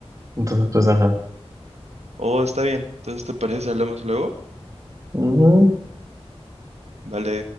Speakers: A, on the right; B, on the right.
A: Entonces, pues, ajá.
B: Oh, está bien. Entonces, ¿te parece si hablamos luego?
A: Ujú.
B: Vale.